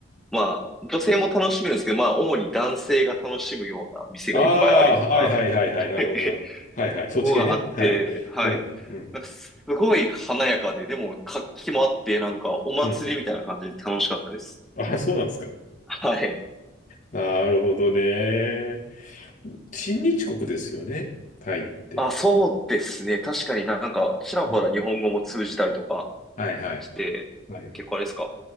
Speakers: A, in the centre; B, on the left.
A: まあ、女性も楽しめるんですけど、まあ、主に男性が楽しむような店がいっぱいあるような、
B: ああー、はいはいはいはい。
A: <laughs> は
B: なるほど、
A: い
B: なるほど。はいはい。そっち系ね。
A: とこがあって、
B: はい。
A: はい。
B: うん。うん。
A: なんか、すごい華やかで、でも、活気もあって、なんか、お祭りみたいな感じで楽しかったです。
B: うん。ああ、そうなんですか。
A: はい。
B: なるほどね。親日国ですよね。タイって。
A: あ、そうですね。確かになんか、ちらほら日本語も通じたりとか
B: うん。はいはい。
A: して、
B: はい。
A: 結構あれですか。